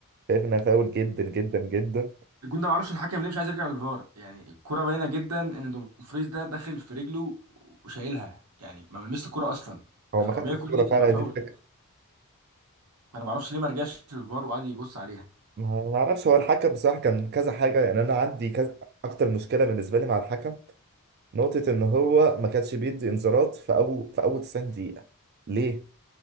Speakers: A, on the right; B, on the right.
A: شايف انها فاول جدا جدا جدا
B: الجون ده معرفش الحكم ليه مش عايز يرجع للفار يعني الكرة باينة جدا ان دومفريز ده داخل في رجله وشايلها يعني ما ملمسش الكرة اصلا
A: هو
B: فطبيعي
A: ما خدش الكوره
B: الكرة دي
A: فعلا
B: تبقى فاول
A: دي الفكره
B: فانا معرفش ليه ما رجعش للفار وقعد يبص عليها
A: ما ما اعرفش هو الحكم بصراحه كان كذا حاجه يعني انا عندي كذا اكتر مشكله بالنسبه لي مع الحكم نقطه ان هو ما كانش بيدي انذارات في اول في اول 90 دقيقه ليه؟